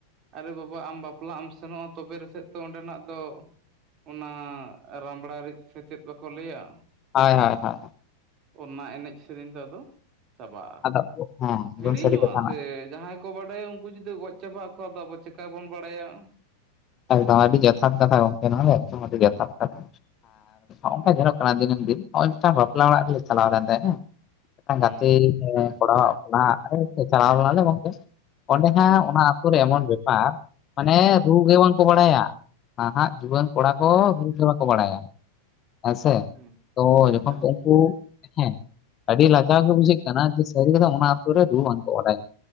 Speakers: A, on the right; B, on the left.
A: ᱟᱨᱮ ᱵᱟᱵᱟ ᱟᱢ ᱵᱟᱯᱞᱟᱜ ᱮᱢ ᱥᱮᱱᱚᱜ-ᱟ ᱛᱚᱵᱮ ᱨᱮᱥᱮᱫ ᱛᱚ ᱚᱸᱰᱮ ᱱᱟᱜ ᱫᱚ ᱚᱱᱟ ᱨᱟᱢᱲᱟ ᱨᱤᱡ ᱥᱮᱪᱮᱫ ᱵᱟᱠᱚ ᱞᱟᱹᱭᱟ
B: ᱦᱟᱭ ᱦᱟᱭ ᱦᱳᱭ
A: ᱚᱱᱟ ᱮᱱᱮᱡ ᱥᱮᱨᱮᱧ ᱨᱮ ᱟᱫᱚ ᱪᱟᱵᱟᱜ-ᱟ
B: ᱟᱫᱚ ᱦᱮᱸ ᱮᱠᱫᱚᱢ
A: ᱦᱤᱲᱤᱧᱚᱜ-ᱟ
B: ᱥᱟᱹᱨᱤ ᱠᱟᱛᱷᱟ
A: ᱥᱮ
B: ᱱᱟᱜ
A: ᱡᱟᱦᱟᱸᱭ ᱠᱚ ᱵᱟᱰᱟᱭᱟ ᱩᱱᱠᱩ ᱡᱩᱫᱤ ᱜᱚᱡ ᱪᱟᱵᱟᱟᱜ ᱠᱚᱣᱟ ᱟᱵᱚ ᱪᱤᱠᱟᱹ ᱵᱚᱱ ᱵᱟᱲᱟᱭᱟ
B: ᱮᱠᱫᱚᱢ ᱟᱹᱰᱤ ᱡᱚᱛᱷᱟᱛ ᱜᱚᱢᱠᱮ ᱱᱚᱣᱟ ᱫᱚ ᱮᱫᱚᱢ ᱟᱹᱰᱤ ᱡᱚᱛᱷᱟᱛ ᱠᱟᱛᱷᱟ ᱟᱨᱠᱟ ᱡᱮᱞᱚᱜ ᱠᱟᱱᱟ ᱫᱤᱱᱟᱹᱢ ᱫᱤᱱ ᱱᱚᱜ-ᱚᱭ ᱢᱤᱫᱴᱟᱝ ᱵᱟᱯᱞᱟ ᱚᱲᱟᱜ ᱨᱮᱞᱮ ᱪᱟᱞᱟᱣ ᱞᱮᱱ ᱛᱟᱦᱮᱸ ᱢᱤᱫᱴᱟᱝ
A: ᱦᱩᱸ
B: ᱜᱟᱛᱮ ᱠᱚᱲᱟᱣᱟᱜ ᱠᱟᱱᱟ ᱪᱟᱞᱟᱣ ᱞᱮᱱᱟ ᱞᱮ ᱜᱚᱝᱠᱮ ᱚᱸᱰᱮ ᱦᱟᱸᱜ
A: ᱦᱩᱸ
B: ᱚᱱᱟ ᱮᱢᱚᱱ ᱵᱮᱯᱟᱨ ᱢᱟᱱᱮ
A: ᱦᱩᱸ
B: ᱨᱩᱜᱽ ᱮᱢᱚᱱ ᱵᱟᱲᱟᱭᱟ ᱱᱟᱦᱟᱜ ᱡᱩᱣᱟᱹᱱ ᱠᱚᱲᱟ ᱠᱚ ᱨᱩᱡᱽ ᱜᱮ ᱵᱟᱠᱚ ᱵᱟᱲᱟᱭᱟ ᱦᱮᱸᱥᱮ
A: ᱦᱩᱸ
B: ᱛᱚ ᱡᱚᱠᱷᱚᱱ
A: ᱛᱟᱦᱚᱞᱮ
B: ᱩᱱᱠᱩ ᱦᱮᱸ ᱟᱹᱰᱤ ᱞᱟᱡᱟᱣ ᱜᱮ ᱵᱩᱡᱷᱟᱹᱜ ᱠᱟᱱᱟ ᱥᱟᱹᱨᱤ ᱠᱟᱛᱷᱟ ᱚᱱᱟ ᱟᱹᱛᱩ ᱨᱮ ᱨᱩ ᱵᱟᱝᱠᱚ ᱵᱟᱲᱟᱭᱟ